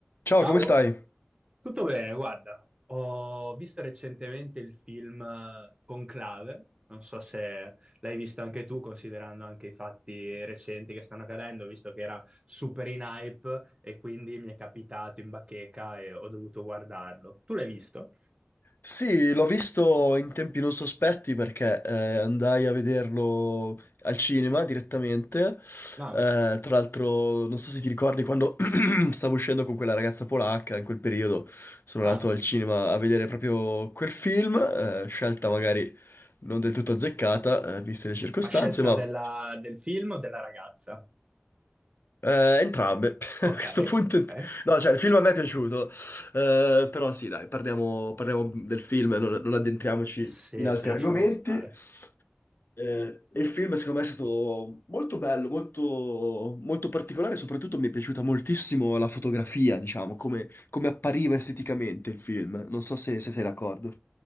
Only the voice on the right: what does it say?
Ciao,
tutto bene, guarda, ho visto recentemente il film eh, Conclave, non so se l'hai visto anche tu, considerando anche i fatti recenti che stanno accadendo, visto che era super in hype e quindi mi è capitato in bacheca e ho dovuto guardarlo. Tu l'hai visto?
No.
Ah,
ma scelta
della- del film o della ragazza?
Ok,
ok,
se
se lasciamo
stare.